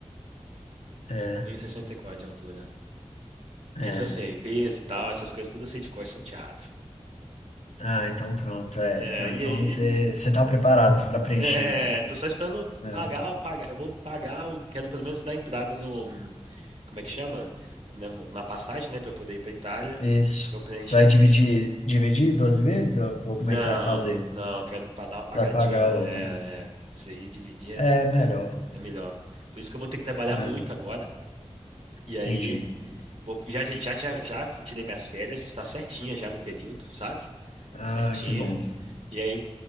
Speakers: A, on the left; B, on the right.
A: é,
B: um e sessenta e quatro de altura.
A: é.
B: Isso eu sei. Peso e tal, essas coisas tudo eu sei de cor salteado.
A: Ah, então pronto, é.
B: É,
A: Não,
B: e
A: então
B: aí?
A: você você tá preparado para preencher.
B: É, tô só esperando
A: É,
B: pagar, pagar. Eu vou pagar, eu quero pelo menos dar entrada no. Como é que chama? Na, na passagem, né? Pra eu poder ir pra Itália.
A: isso.
B: Pra eu preencher
A: Você vai
B: a
A: dividir,
B: ficha pra.
A: dividir 12 vezes ou, ou como
B: Não,
A: é que você vai fazer?
B: não, quero pa- dar uma pagadinha.
A: Vai pagar
B: É,
A: logo, né?
B: é, se ir dividir
A: É,
B: é, não,
A: melhor.
B: é melhor. Por isso que eu vou ter que trabalhar
A: É,
B: muito agora. E aí,
A: entendi.
B: vou- já, já, já, já tirei minhas férias, está certinha já no período, sabe?
A: Ah,
B: Certinha.
A: que bom.
B: E aí,